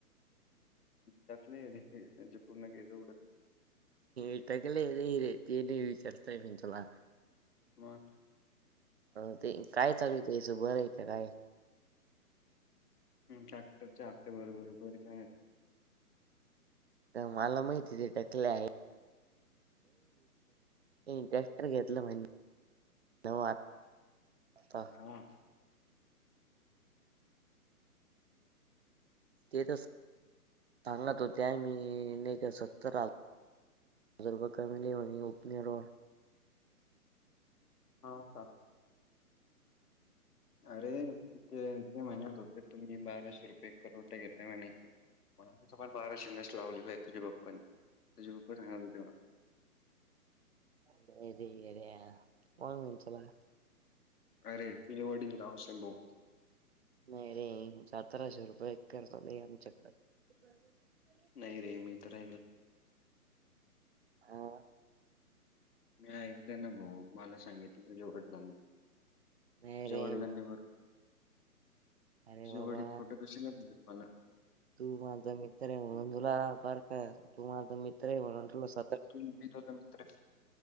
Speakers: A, on the left; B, on the right.
A: दाखली त्यांच्या पूर्ण घच उड
B: इटकलेद रेतीनी विचारतय मिचला
A: वा
B: अ ते काय चालू ते याचं बरं आहे का काय
A: ह टॅक्टरचे ह्ते बरोबर बरीच
B: मला माहिती ते टकले आहे ट्रॅक्टर घेतलं म्हण नता
A: हा
B: ते तर सांगत हो त्या मी नवत राल हज रुप कामली व उपनर
A: हा का अरे ते ते म्हणत होते तुम्ही बाराशे रुपये करोटे घेतय म्हणे मला समाार बाराशे नस लावलेला आहे तुझ्या बाप्पाांनी तुे पप्पा सांगणार होते मला
B: अ येरण मि चला
A: अरे तिजवाडीील तमसा बून
B: नाही रे सतराशे रुपये एक करतले आमच्याकडं बरोबर
A: नाही रे म इथरयगला
B: हो
A: मी ऐकलं ना भाऊ मला सांगितलं तुझेवटलाने
B: नाही
A: तझ्या
B: रे
A: वडलांनी बर
B: अरे
A: तवड
B: बाबा
A: एक फोटो कशी लागते तुम्हाला
B: तू माझा मित्र आहे म्हणून तुला बर का तू माझा मित्र आहे म्हणून तुला स
A: तु भट होता मित्र